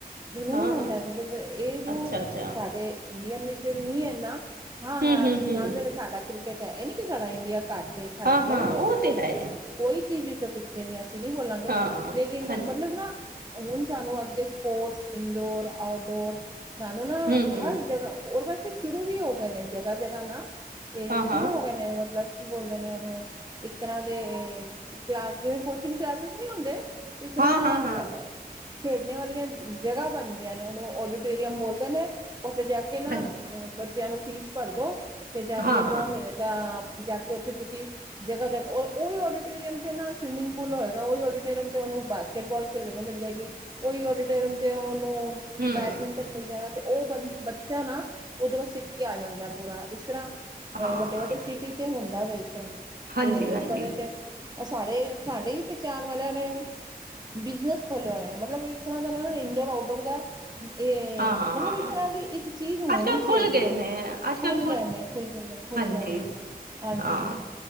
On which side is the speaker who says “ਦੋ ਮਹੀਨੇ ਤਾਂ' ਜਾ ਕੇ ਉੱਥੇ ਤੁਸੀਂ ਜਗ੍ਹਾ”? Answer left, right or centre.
Right